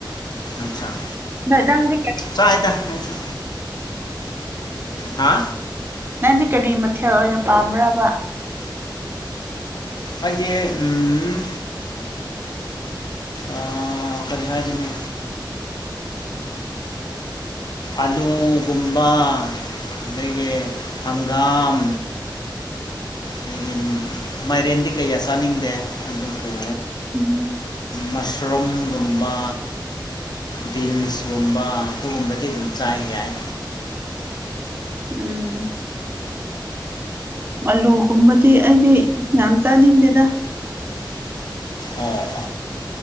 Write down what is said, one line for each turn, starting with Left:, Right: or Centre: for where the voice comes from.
Left: ꯑꯆꯥꯆꯥ
Right: ꯅ ꯅꯪꯗꯤ ꯀꯔꯤ
Left: ꯆꯥꯏꯗ ꯑꯩꯁꯨ ꯍꯥ
Right: ꯅꯪꯗꯤ ꯀꯔꯤ ꯃꯊꯦꯜ ꯑꯣꯏꯅ ꯄꯥꯝꯕ꯭ꯔꯕ
Left: ꯑꯩꯗꯤ ꯑꯥꯝ ꯑꯥ ꯀꯔꯤ ꯍꯥꯏꯗꯨꯅꯤ ꯑꯂꯨꯒꯨꯝꯕ ꯑꯗꯒꯤ ꯍꯪꯒꯥꯝ ꯑꯗꯒꯤ ꯃꯥꯏꯔꯦꯟꯗꯤ ꯀꯩꯌꯥ ꯆꯥꯅꯤꯡꯗꯦ ꯑꯗꯨꯕꯨ
Right: ꯎꯝ
Left: ꯃꯁꯔꯨꯝꯒꯨꯝꯕ ꯕꯤꯟꯁꯒꯨꯝꯕ ꯑꯗꯨꯒꯨꯝꯕꯗꯤ ꯑꯗꯨꯝ ꯆꯥꯏ ꯌꯥꯏ
Right: ꯎꯝ ꯑꯂꯨꯒꯨꯝꯕꯗꯤ ꯑꯩꯗꯤ ꯌꯥꯝ ꯆꯥꯅꯤꯡꯗꯦꯗ
Left: ꯑꯣ